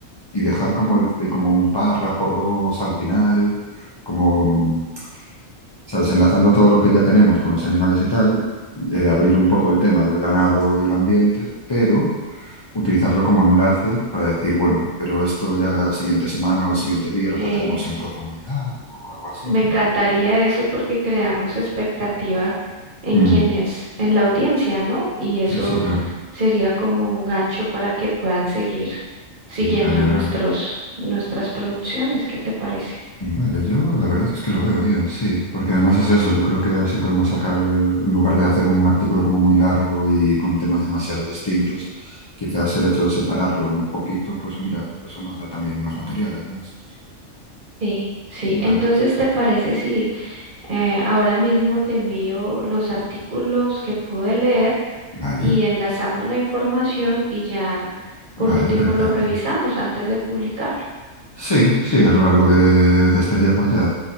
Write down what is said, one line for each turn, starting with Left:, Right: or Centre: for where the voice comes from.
Left: y dejar como, el- eh, como un párrafo o dos al final, como, mm, ¿sabes? Enlazando todo lo que ya tenemos con los animales y tal, eh, abrir un poco el tema del ganado y el ambiente, pero utilizarlo como enlace para decir, bueno, pero esto ya la siguiente semana o el siguiente día lo
Right: Es-
Left: trataremos en profundidad o algo así,
Right: me
Left: ¿no?
Right: encantaría eso porque creamos expectativa en
Left: Mm,
Right: quienes, en la audiencia, ¿no? Y eso
Left: sí, sí, claro.
Right: sería como un gancho para que puedan seguir siguiendo
Left: Vale,
Right: nuestros, nuestras producciones. ¿Qué te parece?
Left: vale, yo la verdad es que lo veo bien, sí, porque además es eso, yo creo que así podemos sacar, en lugar de hacer un artículo como muy largo y con temas demasiado distintos, quizás el hecho de separarlo un poquito, pues mira, eso nos da también más material además.
Right: Sí, sí.
Left: Vale,
Right: Entonces, ¿te parece si eh, ahora mismo te envío los artículos que pude leer?
Left: vale,
Right: y enlazamos la información y ya
Left: vale,
Right: por último
Left: perfecto.
Right: lo revisamos antes de publicarlo.
Left: Sí, sí, a lo largo de, de este día pues ya,